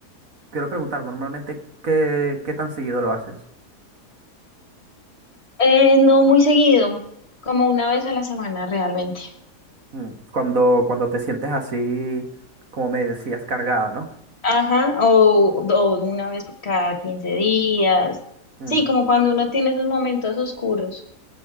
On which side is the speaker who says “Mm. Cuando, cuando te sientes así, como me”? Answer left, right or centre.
Right